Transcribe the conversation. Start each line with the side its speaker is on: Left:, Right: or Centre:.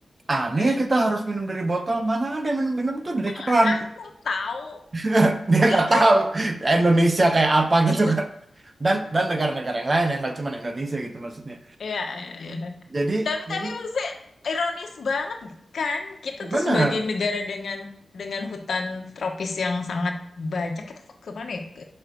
Right: aneh
Left: eh.
Right: ya kita harus minum dari botol mana ada yang minum-minum tuh dari
Left: Mana
Right: keran
Left: aku tahu.
Right: <laughs> dia
Left: Iya,
Right: nggak tahu Indonesia kayak apa
Left: <laughs>
Right: gitu kan dan dan negara-negara yang lain yang nggak cuma Indonesia gitu maksudnya
Left: Iya, iya, iya.
Right: jadi
Left: Tapi
Right: jadi
Left: tapi maksudnya ironis banget kan kita
Right: benar
Left: tuh sebagai negara dengan dengan hutan tropis yang sangat banyak kita tuh kemana ya ke